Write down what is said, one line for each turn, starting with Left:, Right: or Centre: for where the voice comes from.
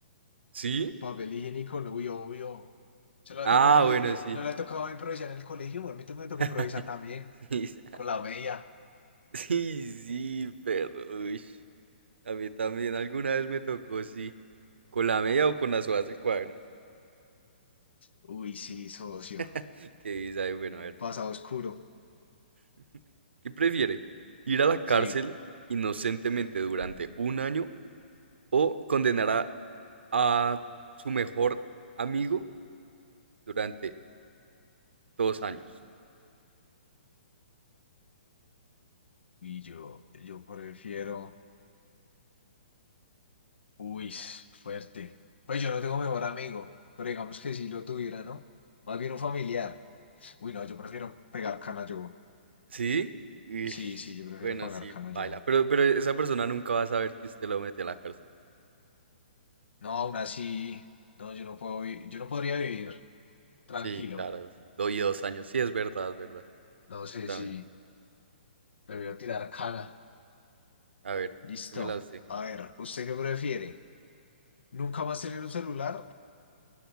Right: ¿Sí?
Left: el papel higiénico, no, uy, obvio. Se lo ha
Right: Ah,
Left: tocado en el-
Right: bueno,
Left: eh,
Right: sí.
Left: no le ha tocado improvisar en el colegio, a mí también me
Right: <laughs>
Left: tocó improvisar también,
Right: Sí, sas.
Left: con la media.
Right: sí, sí, perro. uy. A mí también alguna vez me tocó, sí. ¿Con la media o con las hojas del cuaderno?
Left: Uy, sí, socio.
Right: <laughs> ¿Qué dice ahí? Bueno, a ver.
Left: Pasado oscuro.
Right: <laughs> ¿Qué prefiere? ¿Ir a la cárcel
Left: Sí.
Right: inocentemente durante un año o condenar a a su mejor amigo durante dos años.
Left: Y yo, yo prefiero. Uy, fuerte. Pues yo no tengo mejor amigo, pero digamos que si lo tuviera, ¿no? Más bien un familiar. Uy, no, yo prefiero pegar cana yo.
Right: ¿Sí? Uy,
Left: Sí, sí, yo prefiero
Right: bueno,
Left: pagar
Right: sí,
Left: cana
Right: baila.
Left: yo.
Right: Pero, pero esa persona nunca va a saber que usted lo metió a la cárcel.
Left: No, aún así, no, yo no puedo, vi- yo no podría vivir tranquilo.
Right: Sí, claro. do- y dos años. Sí, es verdad, es verdad.
Left: No
Right: Yo
Left: sé
Right: también.
Left: si prefiero tirar cana.
Right: A ver,
Left: Listo.
Right: ¿qué me la usted?
Left: A ver, ¿usted qué prefiere? ¿Nunca más tener un celular